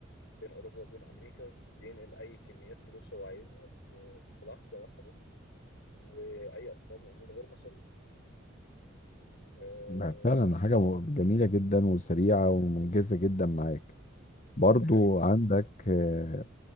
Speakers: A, on the left; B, on the left.
A: بين أوروبا وبين أمريكا بينقل أي كميات فلوس هو عايزها ب- في لحظة واحدة وأي أرقام ومن غير مصاريف آه،
B: ما فعلا حاجة م- جميلة جدا وسريعة ومنجزة جدا معاك برضو
A: ده حقيقي
B: عندك آه،